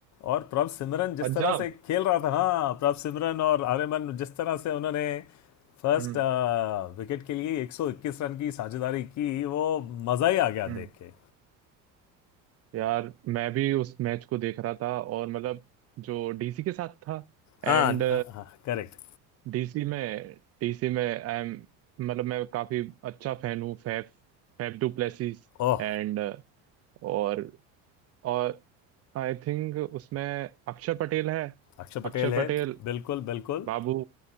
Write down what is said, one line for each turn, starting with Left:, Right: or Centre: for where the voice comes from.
Left: और प्रभ सिमरन जिस
Right: पंजाब
Left: तरह से खेल रहा था हाँ प्रभ सिमरन और आर्यमन जिस तरह से उन्होंने फर्स्ट
Right: हम्म
Left: विकेट के लिए 121 रन की साझेदारी की वो मज़ा ही आ गया
Right: हम्म
Left: देख के
Right: यार मैं भी उस मैच को देख रहा था और मतलब जो डीसी के साथ था एंड
Left: हाँ हाँ करेक्ट
Right: डीसी में डीसी में आई एम मतलब मैं काफी अच्छा फैन हूँ फैफ फैफ डुप्लेसिस
Left: ओह
Right: एंड और और आई थिंक उसमें अक्षर पटेल है
Left: अक्षय पटेल
Right: अक्षर
Left: है
Right: पटेल
Left: बिल्कुल बिल्कुल
Right: बाबू